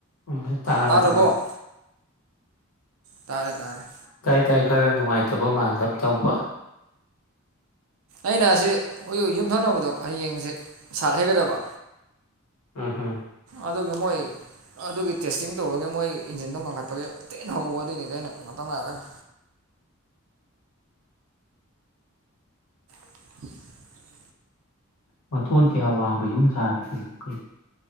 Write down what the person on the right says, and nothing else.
ꯇꯥꯗ꯭ꯔꯕꯣ ꯇꯥꯔꯦ ꯇꯥꯔꯦ
ꯑꯩꯅ ꯑꯁꯤ ꯑꯩꯈꯣꯏ ꯌꯨꯝꯊꯪꯅꯕꯗꯣ ꯍꯌꯦꯡꯁꯦ ꯁꯥꯠ ꯍꯩꯒꯗꯕ
ꯑꯗꯨꯒꯤ ꯃꯣꯏ ꯑꯗꯨꯒꯤ ꯇꯦꯁꯇꯤꯡ ꯇꯧꯔꯒ ꯃꯣꯏ ꯏꯟꯖꯤꯟꯗꯣ ꯉꯟꯈꯠꯄꯒꯤ ꯊꯤꯅ ꯍꯧꯕ ꯑꯗꯨꯏꯅꯤꯗ ꯑꯩꯅ ꯉꯥꯛꯇꯡ ꯉꯥꯏꯌ‌ꯣꯅ <unintelligible>